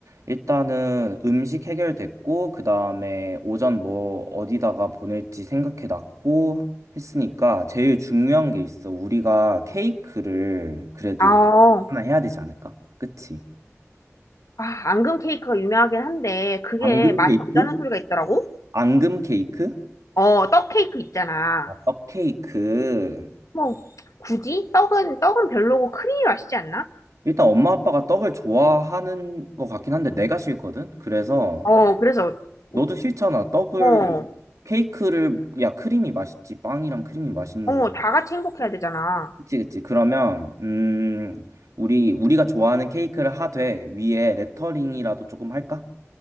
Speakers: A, on the right; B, on the left.
A: 일단은 음식 해결됐고, 그 다음에 오전 뭐 어디다가 보낼지 생각해 놨고 했으니까 제일 중요한 게 있어. 우리가 케이크를 그래도
B: 아, 어.
A: 하나 해야 되지 않을까? 그치?
B: 아, 앙금 케이크가 유명하긴 한데 그게
A: 앙금
B: 맛이
A: 케이크?
B: 없다는 소리가 있더라고.
A: 앙금 케이크?
B: 어, 떡 케이크 있잖아.
A: 아, 떡 케이크.
B: 뭐 굳이 떡은 떡은 별로고 크림이 맛있지 않나?
A: 일단 엄마 아빠가 떡을 좋아하는 것 같긴 한데 내가 싫거든? 그래서
B: 어, 그래서 우-
A: 너도 싫잖아. 떡을
B: 어,
A: 케이크를 야 크림이 맛있지. 빵이랑 크림이 맛있는데.
B: 어, 다 같이 행복해야 되잖아.
A: 그치 그치. 그러면 음 우리 우리가 좋아하는 케이크를 하되 위에 레터링이라도 조금 할까?